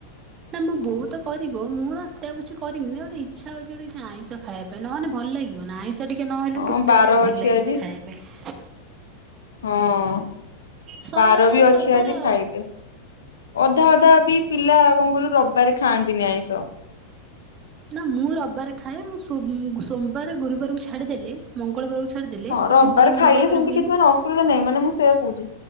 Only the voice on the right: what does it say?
ନା ମୋ ବୋଉତ କରିବ। ମୋର ଆଟ୍ଟା ପଛେ କରିମି ଗୋଟେ ଇଚ୍ଛା ହଉଛି କିଛି ଗୋଟେ ଆଇଁଷ ଖଇବା ପାଇଁ ନହେନେ ଭଲ ଲାଗିବ ନା ଆଇଁଷ ତ ଟିକେ ନହେଲେ
ଟୋଟାଲି
ବି ଭଲ
ଲାଗିବନି
ଖାଇବା ପାଇଁ।
ସଇଲା
ତ
ରବିବାର
ଆଉ।
ନା ମୁଁ ରବବାରେ ଖାଏ। ମୁଁ ଶୁ ମୁଗ ସୋମବାର, ଗୁରୁବାରକୁ ଛାଡିଦେଲେ ମଙ୍ଗଳବାରକୁ ଛାଡ଼ିଦେଲେ
ଆମ ଘରେ
ମଙ୍ଗଳବାର
ହୁଏନି